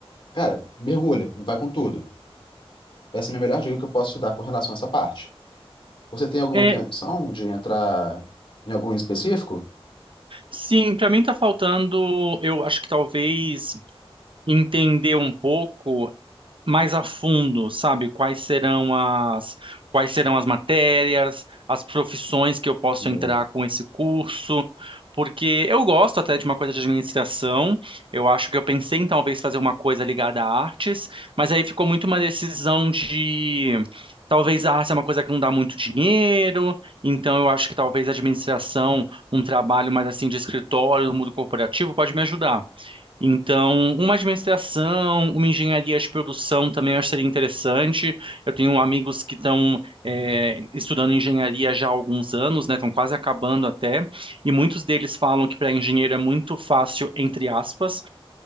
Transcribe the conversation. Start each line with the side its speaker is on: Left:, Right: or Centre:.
Left: cara, mergulha, vai com tudo. Essa é a minha melhor dica que eu posso te dar com relação a essa parte. Você tem alguma
Right: É,
Left: intenção de entrar em algum específico?
Right: sim, pra mim tá faltando, eu acho que talvez entender um pouco mais a fundo, sabe? Quais serão as, quais serão as matérias, as profissões que eu posso
Left: Hum,
Right: entrar com esse curso, porque eu gosto até de uma coisa de administração. Eu acho que eu pensei em talvez fazer uma coisa ligada a artes, mas aí ficou muito uma decisão de talvez a arte é uma coisa que não dá muito dinheiro, então eu acho que talvez a administração, um trabalho mais assim de escritório, no mundo corporativo, pode me ajudar. Então, uma administração, uma engenharia de produção também eu acho que seria interessante. Eu tenho amigos que estão é, estudando engenharia já há alguns anos, né? Estão quase acabando até, e muitos deles falam que para engenheiro é muito fácil, entre aspas,